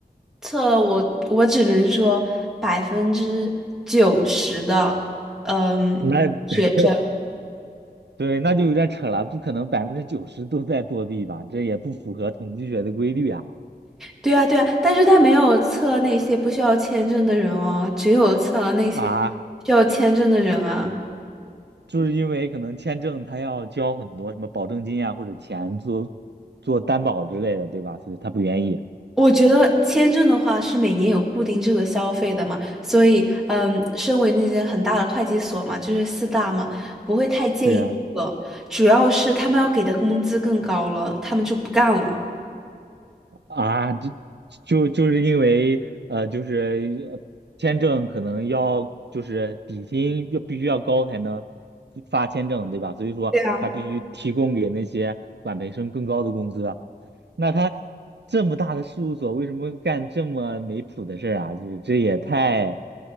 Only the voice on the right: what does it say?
那 <laughs>
对，那就有点扯了，不可能百分之九十都在作弊吧？这也不符合统计学的规律啊！
啊，
就是因为可能签证他要交很多什么保证金啊或者钱做做担保之类的，对吧？所以他不愿意。
对呀、
啊，就就就是因为呃，就是呃签证可能要就是底薪要必须要高才能发签证，对吧？所以说他必须提供给那些管培生更高的工资啊
那他这么大的事务所，为什么干这么没谱的事儿啊？就是这也太，